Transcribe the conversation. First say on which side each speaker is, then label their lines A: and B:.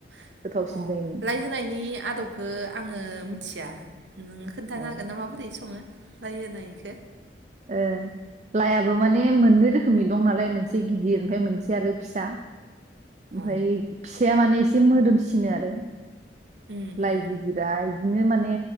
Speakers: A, on the right; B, on the right.
A: -
B: गोथावसिन
A: अ
B: जायो
A: लाइ होनायनि आदबखौ आङो थिया नोङो खोन्थानो
B: ओ
A: हागोनना माबोरै सङो? लाइ होनायखो
B: ओ लाइआबो माने मोननै रोखोमनि दं नालाय मोनसे गिदिर ओमफ्राय मोनसे आरो फिसा ओमफाय
A: अ
B: फिस फिसाया माने एसे मोदोमसिनो आरो
A: उम
B: लाइ
A: उम
B: गिदिरा बिदिनो माने